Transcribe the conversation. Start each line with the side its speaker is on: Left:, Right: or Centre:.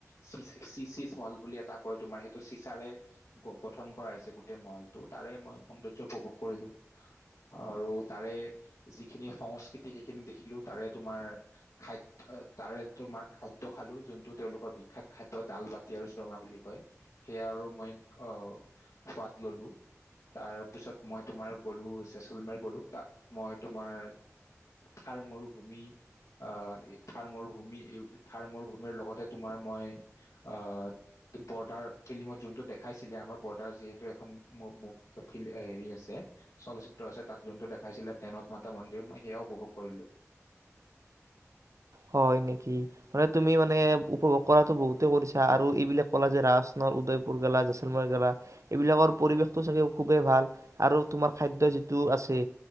Left: চী চী চীজ মহল বুলি এটা কয় তোমাৰ সেইটো চিচাৰে গ, গঠন কৰা হৈছে গোটেই মহলটো। তাৰে মই সৌন্দৰ্য উপভোগ কৰিলো। আৰু তাৰে যিখিনি সংস্কৃতি সেইখিনি দেখিলো তাৰে তোমাৰ খাদ্য তাৰে তোমাৰ খাদ্য দ্য খালো যোনটো তেওঁলোকৰ বিখ্যাত খাদ্য ডাল, বাতি আৰু চৰঙা বুলি কয়। সেয়া আৰু মই আহ সোৱাদ ললো। তাৰ পিছত মই তোমাৰ গলো চেচলমাৰ গলো। তাত মই তোমাৰ থাৰ মৰুভূমি আহ, থাৰ মৰুভূমি এই থাৰ মোৰভূমিৰ লগতে তোমাৰ মই আহ বৰ্ডাৰ ফিল্মত যোনটো দেখাইছিলে, আমাৰ বৰ্ডাৰ যিহেতু এখন ফিল হেৰি আছে। চলচ্চিত্ৰ আছে, তাত যোনটো দেখাইছিলে তেনত মাতা মন্দিৰ মই সেয়াও উপভোগ কৰিলো।
Right: হয়, নেকি। মানে তুমি মানে উপভোগ কৰাতটো বহুতেই কৰিছা আৰু এইবিলাক কলা যে ৰাণৰ উদয়। জয়ছেলমাৰ গলা এইবিলাকৰ পৰিৱেশটো চাগে খুবেই ভাল আৰু তোমাৰ খাদ্য যিটো আছে।